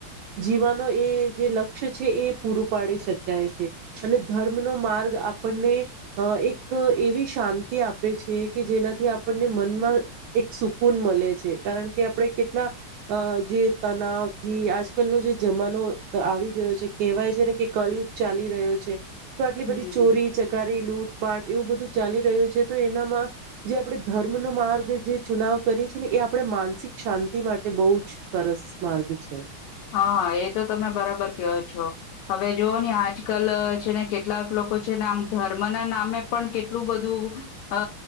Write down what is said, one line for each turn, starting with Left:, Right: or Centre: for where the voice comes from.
Right: જીવાનો એ જે લક્ષ્ય છે. એ પૂરું પાડી શકાય છે. અને ધર્મનો માર્ગ આપણને એક એવી શાંતિ આપે છે. કે જેનાથી આપણને મનમાં એક સુકૂન મળે છે. કારણ કે આપણે કેટલા જે તનાવ થી આજકાલનો જે જમાનો આવી ગયો છે. કેહેવાય છે ને કે કલિયુગ ચાલી રહ્યો છે. તો આટલી
Left: હમ
Right: બધી ચોરી ચકારી લૂટપાટ એવું બધું ચાલી રહ્યું છે તો એનામાં. જે આપણે ધર્મનો માર્ગ જે ચુનાવ કરીએ છીએ ને એ આપણે માનસિક શાંતિ માટે બહુ જ સરસ માર્ગ છે.
Left: હા હા એ તો તમે બરાબર કહો છો હવે જોવ ને આજ કલ છે. ને કેટલાક લોકો છે ને આમ ધર્મના નામે પણ કેટલું બધું અ